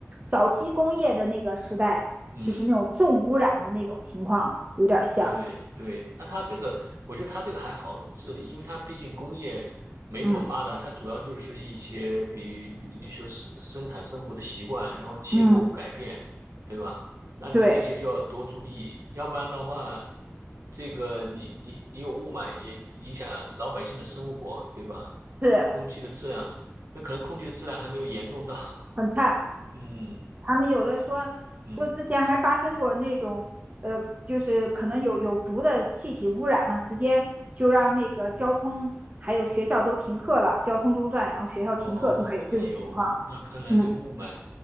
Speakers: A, on the right (about 30°); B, on the right (about 70°).
A: 早期工业的那个时代，
B: 嗯。
A: 就是那种重污染的那种情况有点像。
B: 对对，那它这个，我觉得它这个还好治理，因为它毕竟工业没那么发达，
A: 嗯
B: 它主要就是一些比一些生生产生活的习惯，然后气候改变，
A: 嗯，
B: 对吧？那你这些就要多注意，
A: 对，
B: 要不然的话，这个你你你有雾霾也影响老百姓的生活，对吧？
A: 是
B: 空气的质量，那可能空气的质量还没有严重到，
A: 很差。
B: <laughs> 嗯
A: 他们有的说说之前还发生过那种，
B: 嗯。
A: 呃，就是可能有有毒的气体污染了，直接就让那个交通还有学校都停课了，交通中断，然后学校停课都还有这种情况，
B: 哦，哎呦，那看来这个雾霾
A: 嗯，